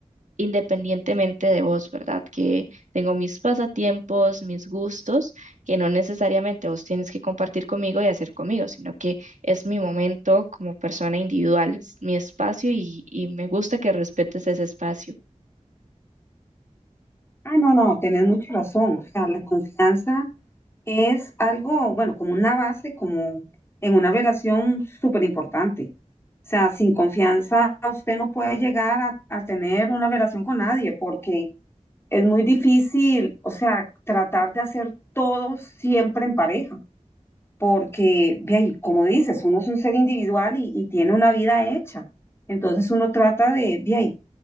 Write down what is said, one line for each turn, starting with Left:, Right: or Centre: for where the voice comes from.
Right: independientemente de vos, ¿verdad? Que tengo mis pasatiempos, mis gustos, que no necesariamente vos tienes que compartir conmigo y hacer conmigo, sino que es mi momento como persona individual, es mi espacio y, y me gusta que respetes ese espacio.
Left: Ah, no, no, tenés mucha razón. O sea, la confianza es algo, bueno, como una base, como en una relación súper importante. O sea, sin confianza usted no puede llegar a, a tener una relación con nadie porque es muy difícil, o sea, tratar de hacer todo siempre en pareja porque, ve ahí, como dices, uno es un ser individual y, y tiene una vida hecha. Entonces uno trata de, ve ahí,